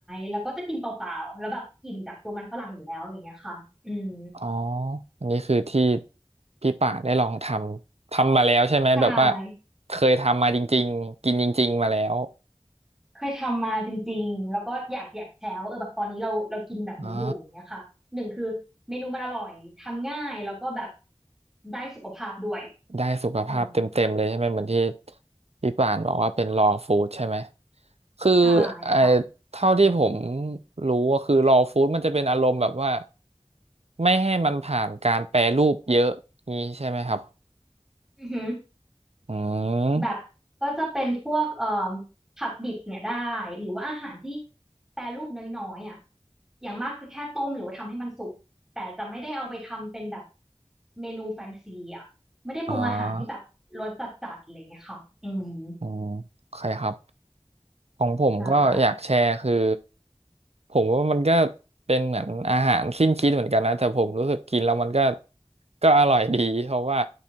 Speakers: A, in the centre; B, on the right.
A: แล้วก็จะกินเปล่าๆแล้วแบบอิ่มจากตัวมันฝรั่งอยู่แล้วอย่างเงี้ยค่ะอืม
B: อ๋ออันนี้คือที่พี่ป่าได้ลองทำ ทำมาแล้วใช่ไหมแบบว่า
A: ใช่
B: เคยทำมาจริงๆกินจริงๆมาแล้ว
A: เคยทำมาจริงๆแล้วก็อยากอยากแชร์ว่าเออแบบตอนนี้เราเรากินแบบนี้อยู่อย่างเงี้ยค่ะหนึ่งคือเมนูมันอร่อยทำง่ายแล้วก็แบบ
B: อ๋อ
A: ได้สุขภาพด้วย
B: ได้สุขภาพเต็มๆเลยใช่ไหมเหมือนที่
A: อืม
B: พี่ป่านบอกว่าเป็น raw food ใช่ไหมคือ
A: ใช่
B: ไอ้
A: ค่ะ
B: เท่าที่ผมรู้ก็คือ raw food มันจะเป็นอารมณ์แบบว่าไม่ให้มันผ่านการแปรรูปเยอะนี้ใช่ไหมครับ
A: อือหือ
B: อืม
A: แบบก็จะเป็นพวกเอ่อผักดิบเนี่ยได้หรือว่าอาหารที่แปรรูปน้อยๆอ่ะอย่างมากก็แค่ต้มหรือว่าทำให้มันสุกแต่จะไม่ได้เอาไปทำเป็นแบบเมนูแฟนซีอ่ะไม่ได้ปรุงอาหารที่แบบรสจัดๆอะไรอย่างเงี้ยค่ะอืม
B: อ่าอืมใครครับของผมก็อยากแชร์คือ
A: ใช่
B: ผมว่ามันก็เป็นเหมือนอาหารสิ้นคิดเหมือนกันนะแต่ผมรู้สึกกินแล้วมันก็ก็อร่อยดีเพราะว่า